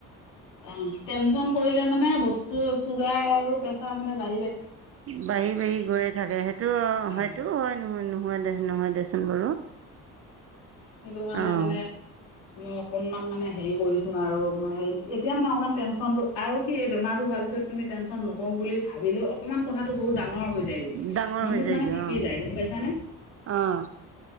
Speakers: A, on the left (about 65°); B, on the right (about 35°).
A: অ টেনচন কৰিলে মানে বস্তু চুগাৰ আৰু প্ৰেচাৰ মানে বাঢ়
B: বাঢ়ি বাঢ়ি গৈয়ে থাকে সেইটো
A: অ
B: সেইটোও হয় নোহো নহ হোৱা দে নহয় দেচোন বাৰু
A: সেইটো কাৰণে
B: অঁ
A: মানে মই অকনমান মানে হেৰি কৰিছো আৰু মই এতিয়া মানে অকমান টেনচনটো আৰু কি এই বেমাৰটো হোৱা পিছত তুমি টেনচন নকৰোঁ বুলি ভাবিলেও অকমান কথাটো বহুত ডাঙ ডাঙৰ হৈ যায়গৈ
B: ডাঙৰ
A: মনটোত
B: হৈ যায়গৈ
A: মানে থাকি
B: অঁ
A: যায় গম পাইছানে
B: অঁ